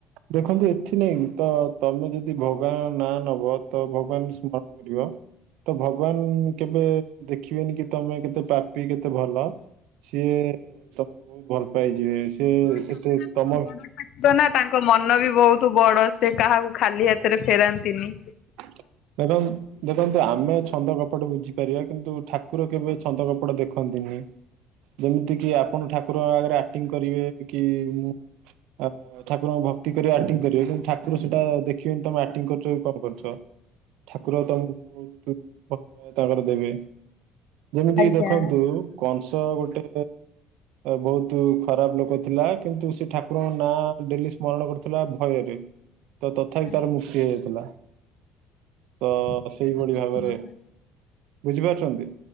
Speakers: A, on the right (about 80°); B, on the left (about 55°).
A: ଦେଖନ୍ତୁ ଏଥି ନାଇଁ ତ ତମେ ଯଦି ଭଗବାନ ନାଁ ନବ ତ ଭଗବାନଉଙ୍କୁ ସ୍ମରଣ କରିବ ତ ଭଗବାନ କେବେ ଦେଖିବେନି କି ତମେ କେତେ ପ୍ରପୀ କେତେ ଭଲ ସିଏ ତମକୁ ବହୁତ ଭଲ ପାଇଯିବେ ସିଏ
B: ହଁ ଜଗନ୍ନାଥ
A: ଏତେ ତମ
B: ତ ବଡ଼ ଠାକୁର ନା ତାଙ୍କ ମ ମନ ବି ବୋହୁତ ବଡ ସେ କାହାକୁ ଖାଲି ହାତରେ ଫେରାନ୍ତିନି।
A: <inaudible> ଦେଖନ୍ତୁ ଦେଖନ୍ତୁ ଆମେ ଛନ୍ଦ କପଟ ବୁଝିପାରିବା କିନ୍ତୁ ଠାକୁର କେବେ ଛନ୍ଦ କପଟ ଦେଖନ୍ତିନି। ଯେମିତି କିି ଆପଣ ଠାକୁରଙ୍କ ଆଗରେ ଆକ୍ଟିଂ କରିବେ କି ଉଁ ଆଁ ଠାକୁରଙ୍କୁ ଭକ୍ତି କରିବେ ଆକ୍ଟିଂ କରିବେ କିନ୍ତୁ ଠାକୁର ସେଟା ଦେଖିବେନି ତମେ ଆକ୍ଟିଂ କରୁଚ କି କଣ କରୁଚ। ତ୍ ଠାକୁର ତମକୁ ବହୁତ ଭଲ ପାଇବା ତାଙ୍କର ଦେବେ। ଯେମିତି
B: ଆଜ୍ଞା।
A: ଦେଖନ୍ତୁ କଂସ ଗୋଟେ ବୋହୁତ ଖରାପ ଲୋକ ଥିଲା କିନ୍ତୁ ସେ ଠାକୁରଙ୍କ ନାଁ ଡେଲି ସ୍ମରଣ କରୁଥିଲା ଭୟରେ ତ ତଥାପି
B: ଆଜ୍ଞା
A: ତାର ମୁକ୍ତି ହେଇଯାଇଥିଲା। ତ
B: ସେଇଟା
A: ସେଇଭଳି
B: ତ ସତ
A: ଭାବରେ
B: କଥା
A: ବୁଝିପାରୁଛନ୍ତି?